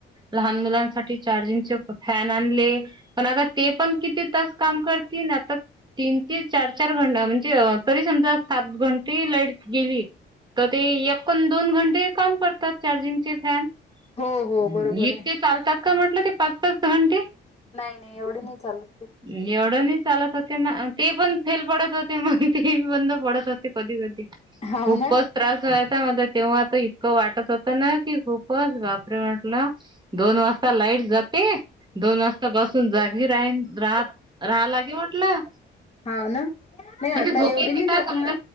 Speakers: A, on the right; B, on the left.
A: लहान मुलांसाठी- चार्जिंग फॅन आणले, पण आता ते पण किती तास काम करतील, ता- तीन ते चार -चार घंटा म्हणजे तरी समजा सात घंटी लाईट- गेली तर तेण दोन घंटे काम करतात चार्जिंगचे फॅन-
B: हो हो
A: ्
B: बरोबर
A: इतके
B: आहे.
A: चालतात का म्हटलं ते पाच -पाच घंटे,
B: नाही नाही एवढे नाही चालत ते.
A: एवढं न- चालत होते ना ते पण फेल पडत होते मग ते बंद पडत होते, कधी- कधी
B: हाव
A: खूपच
B: ना
A: त्रास व्हायचा मला तेव्हा आता इतकं वाटत होतं ना की खूप- चं बापरे म्हटलं दोन वाजता लाईट जाते, दोन वाजता बसून जागी रा- रात राहा लागे म्हटलं.
B: हा ना. नाही आता
A: म्हणजे झोपेची
B: एवढी नाही
A: काय
B: जात
A: गरमी
B: म्हणा.